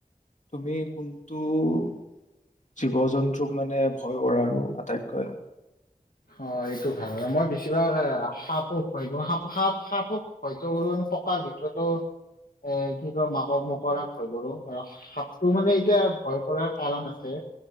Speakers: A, on the left; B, on the left.
A: তুমি কোনটো- জীৱ জন্তুক মানে ভয় কৰা আৰু আটাইতকৈ?
B: অঁ, এইটো ভাল ন। মই বেছিভাগ সাপক- হয়, সাপ -সাপ হয়তো পকাৰ ভিতৰতো- এ কি কয় মাকক মকৰাক ভয় কৰোঁ। সাপটো মানে এতিয়া ভয় কৰাৰ কাৰণ আছে।